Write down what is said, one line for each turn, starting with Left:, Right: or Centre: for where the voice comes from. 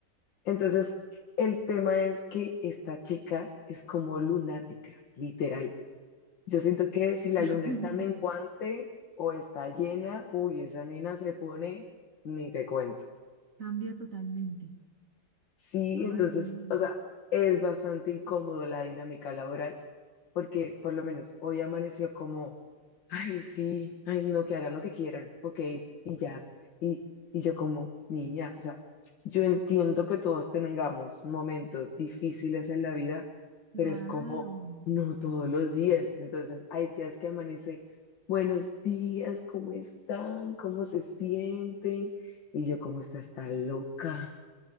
Left: Entonces, el tema es que esta chica es como lunática, literal. Yo siento que si la
Right: sí.
Left: luna está menguante
Right: <laughs>
Left: o está llena, uy, esa nena se pone, ni te cuento.
Right: Cambia totalmente.
Left: Sí,
Right: Ay,
Left: entonces,
Right: no.
Left: o sea, es bastante incómodo la dinámica laboral, porque por lo menos hoy amaneció como, ay, sí, ay, no, que hagan lo que quieran, ok, y ya. Y, y yo como niña, o sea, yo entiendo que todos tengamos momentos difíciles en la vida,
Right: Claro.
Left: pero es como, no todos los días. Entonces, hay días que amanece, buenos días, ¿cómo están? ¿Cómo se sienten? Y yo como, esta está loca.